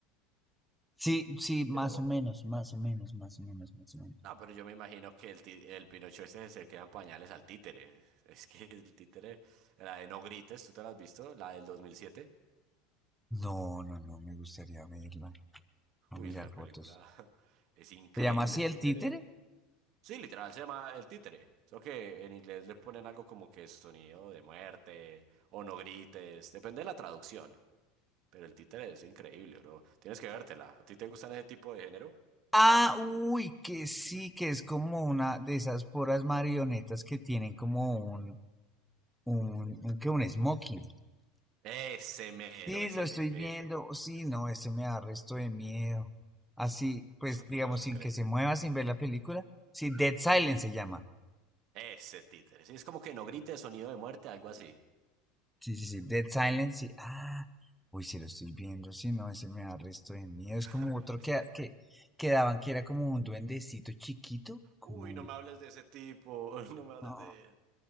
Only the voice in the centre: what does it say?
Sí, sí, más
o menos, más o menos, más o menos, más o menos.
No, no, no, me gustaría verla, no
mirar
fotos.
¿Se llama así
el
títere?
Ah, uy, que sí, que es como una de esas puras marionetas que tienen como un, un, un, que un smoking.
Sí,
lo estoy
viendo, sí, no, este me da resto de miedo. Así, pues,
digamos,
sin
que se mueva, sin ver la película. Sí, Dead Silence se llama.
Sí, sí, sí. Dead Silence, sí. Ah, uy, si lo estoy viendo, si no, ese me da resto de miedo. Es
como otro
que,
ah, que, que daban que era como un duendecito chiquito. Como,
un-
no,